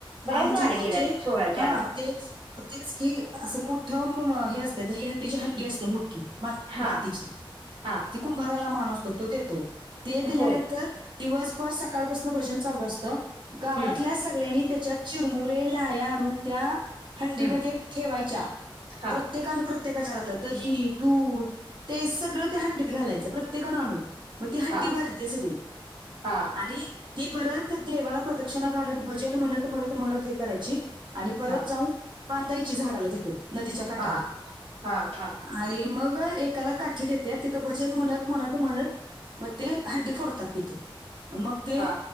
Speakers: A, on the right (about 75°); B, on the right (about 55°).
A: बऱ्याच
B: आमच्यात
A: गाड्या
B: म्हणजे
A: गेल्यात सोळाच्या
B: हा
A: आडवं
B: तेच तेच की असं मोठं म हे असतय दही हंडीची हां डी असतीय मोठी मा
A: हा
B: मातीची
A: हा
B: ती कुंभाराला मान असतो तो देतो. ते दिल्यानंतर
A: होय
B: दिवसभर सकाळपासून भजन चालू असतं गावातल्या
A: हम्म
B: सगळ्यांनी त्याच्यात चिरमुरे लाह्या आणून त्या हंडीमध्ये
A: हम्म
B: ठेवायच्या
A: हा
B: प्र त्येकान प्रत्येकाचा घरातलं दही, दूध ते सगळं त्या हंडीत घालायचं प्रत्येकानं आणून मग ती हंडी
A: हा
B: भरतीय सगळी
A: हा
B: आणि ती परत देवाला प्रदक्षिणा घालत भजन म्हणत म्हणत म्हणत हे करायची आणि परत
A: हा
B: जाऊन बांधायची झाडाला तिथं नदीच्या काटाला
A: हा हा हा
B: आणि मग एकाला काठी देत्यात तिथं भजन म्हणत म्हणत म्हणत मग ते हंडी फोडतात तिथं मग ते
A: हा